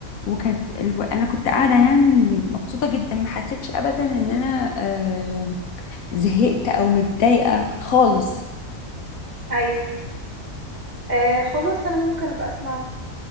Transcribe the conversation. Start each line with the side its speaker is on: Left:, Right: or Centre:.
Left: وكانت الو... انا كنت قاعده يعني مبسوطه جدا ما حسيتش ابدا ان انا آه زهقت او متضايقه خالص
Right: ايوه آه خلاص انا ممكن ابقى اسمعه